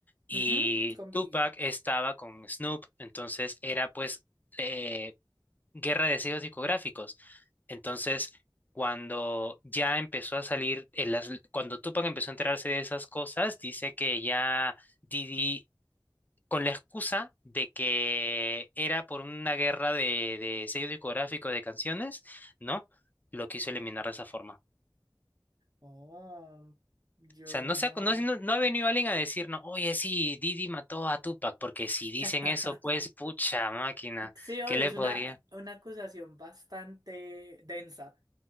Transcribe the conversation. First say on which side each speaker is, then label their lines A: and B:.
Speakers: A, on the left; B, on the right.
A: y
B: Ujú, con
A: Tupac
B: Biggie.
A: estaba con Snoop, entonces era pues eh, guerra de sellos discográficos. Entonces, cuando ya empezó a salir, en las- cuando Tupac empezó a enterarse de esas cosas, dice que ya Didi, con la excusa de que era por una guerra de, de sellos discográficos de canciones, ¿no? Lo quiso eliminar de esa forma.
B: Oh, yo
A: O sea,
B: no.
A: no, se ha- no, no- no ha venido alguien a decirnos, oye, sí, Didi mató a Tupac, porque si
B: <laughs>
A: dicen eso, pues, pucha máquina,
B: Sí, obvio,
A: ¿qué le
B: es
A: podría?
B: una, una acusación bastante densa.